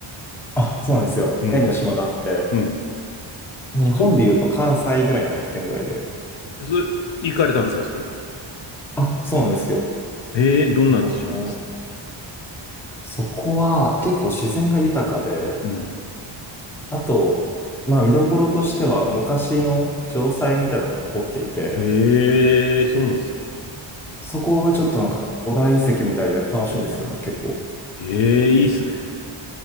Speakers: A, in the centre; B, on the left.
A: あ、そうなんですよ。
B: うん。
A: 第二の島があって、
B: うん。
A: 日本で言うと関西ぐらいの発展ぐらいで。
B: そ、そ、行かれたんですか、そこも。
A: あ、そうなんですよ。
B: ええー、どんな島ですか
A: あの、そこは結構自然が豊かで、
B: うん。
A: あと、まあ見どころとしては昔の城塞みたいなのが残っていて、
B: ええー、そうなんですか。
A: そこがちょっとなんか古代遺跡みたいで楽しいんですよね、結構。
B: ええー、いいっすね。